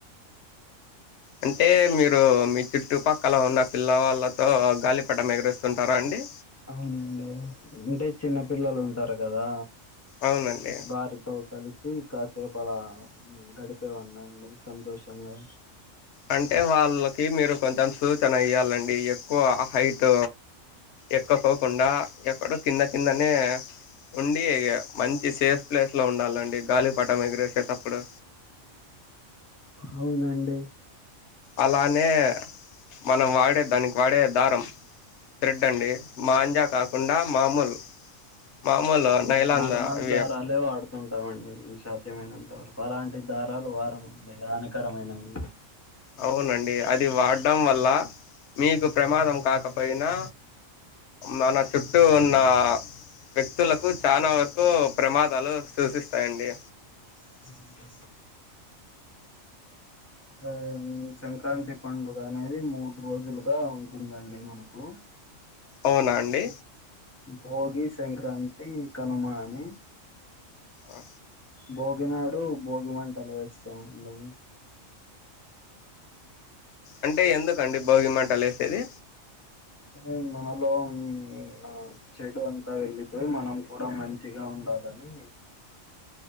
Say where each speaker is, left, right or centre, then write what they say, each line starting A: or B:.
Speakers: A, on the left; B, on the left.
A: అంటే మీరు మీ చుట్టుపక్కల ఉన్న పిల్ల వాళ్ళతో గాలిపటం ఎగరేస్తుంటార అండి
B: అవునండి అంటే చిన్న పిల్లలు ఉంటారు కదా
A: అవునండి
B: వారితో కలిసి కాసేపలా ఊ గడిపేవాన్నండి సంతోషంగా
A: అంటే వాళ్ళకి మీరు కొంచెం సూచన ఇయ్యాలండి ఎక్కువ హైట్ ఎక్కకోకుండా ఎక్కడో కింద కిందనే ఉండి ఇగ మంచి సేఫ్ ప్లేస్ లో ఉండాలండి గాలిపటం ఎగిరేసేటప్పుడు
B: అవునండి
A: అలానే మనం వాడే దానికి వాడే దారం థ్రెడ్ అండి మాంజా కాకుండా మామూలు మామూలు నైలాన్
B: నార్మల్
A: అవి
B: దారాలే వాడుతుంటమండి ఇవి షాద్యమైనంత వరకు అలాంటి దారాలు వారం అండి హానికరమైనవి
A: అవునండి అది వాడం వల్ల మీకు ప్రమాదం కాకపోయినా మన చుట్టూ ఉన్న వ్యక్తులకు చాలా వరకు ప్రమాదాలు సూచిస్తాయండి
B: ఆవునండి ఆ యం సంక్రాంతి పండుగ అనేది మూడు రోజులుగా ఉంటుందండి మనకు
A: అవునా అండి
B: భోగి సంక్రాంతి కనుమాని
A: అ
B: భోగి నాడు భోగి మంటలు వేస్తామండి
A: అంటే ఎందుకండి భోగిమంటలు ఏసేది
B: ఉ మనలో ఉన్న చెడు అంతా వెళ్ళిపోయి మనం కూడా మంచి మంచిగా ఉండాలని